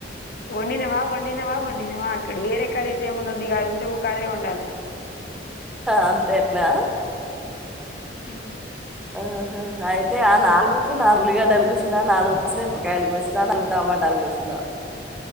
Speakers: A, on the left (about 55°); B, in the centre.
A: వండినే వా వండినే వా వండినే వా అంటాడు వేరే కర్రీస్ ఏమి ఉండదు కాదు ఉంటే అవ్వే అదే వండాలి
B: అంతేనా
A: ఉ
B: ఆహ అయితే ఆ నాలుగుకు నాలుగు ఉల్లిగడ్డలు కోసినా నాలుగు పచ్చి మిరప కాయలు కోసినా నగు టమాటాలు కోసిన